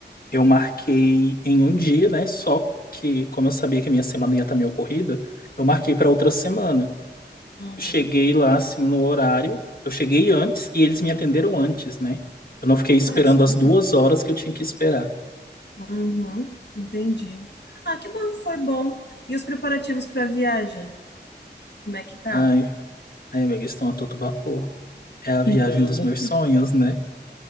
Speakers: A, on the left; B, on the left.
A: Eu marquei em um dia, né? Só que, como eu sabia que a minha semana ia estar meio corrida, eu marquei para outra semana.
B: Uhum.
A: Eu cheguei lá, assim, no horário. Eu cheguei antes e eles me atenderam antes, né? Eu não fiquei esperando
B: Ah, isso é
A: as
B: bom.
A: duas horas que eu tinha que esperar.
B: Uhum, entendi. Ah, que bom, foi bom. E os preparativos para a viagem? Como é que tá?
A: Ai, ai, amiga, estão a todo vapor. É a viagem
B: <laughs> Amo.
A: dos meus sonhos, né?